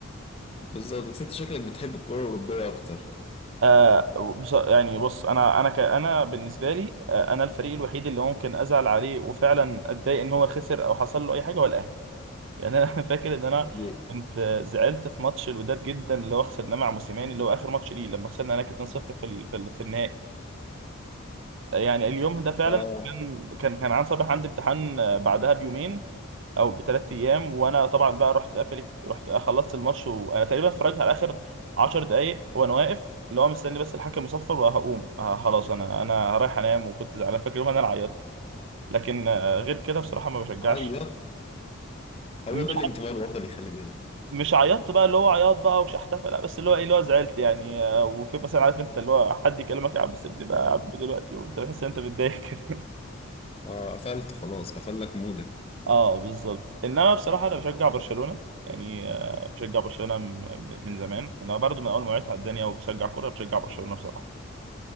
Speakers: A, on the left (about 25°); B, on the right (about 60°).
A: بالظبط بس انت شكلك بتحب الكرة الأوروبية أكتر
B: آه بص يعني بص انا انا ك... انا بالنسبه لي آه انا الفريق الوحيد اللي ممكن ازعل عليه وفعلا اتضايق ان هو خسر او حصل له اي حاجه هو الاهلي يعني انا <laughs> فاكر ان انا
A: دي
B: كنت زعلت في ماتش الوداد جدا اللي هو خسرناه مع موسيماني اللي هو اخر ماتش ليه لما خسرنا هناك 2-0 في ال- في ال- في النهائي يعني اليوم ده فعلا
A: اه
B: كان كان كان عن صباح عندي امتحان بعدها بيومين او بثلاث ايام وانا طبعا بقى رحت قافل رحت خلصت الماتش وانا تقريبا اتفرجت على اخر 10 دقائق وانا واقف اللي هو مستني بس الحكم يصفر وهقوم آه خلاص انا انا رايح انام وكنت زعلان فاكر يوم انا اللي عيطت لكن آه، غير كده بصراحه ما بشجعش
A: عيط هو
B: مش
A: ده الانتماء الوطني خلي بالك
B: مش عيطت بقى اللي هو عياط بقى ومش هحتفل لا بس اللي هو ايه اللي هو زعلت يعني آه، وفي مثلا عارف انت اللي هو حد يكلمك يا عم سيبني بقى يا عم دلوقتي وانت بتحس ان انت متضايق كده
A: اه قفلت خلاص قفل لك مودك
B: <laughs> اه بالظبط انما بصراحه انا بشجع برشلونه يعني آه، بشجع برشلونه م- م- من زمان انا برضو من اول ما وعيت على الدنيا وبشجع كوره بشجع برشلونه بصراحه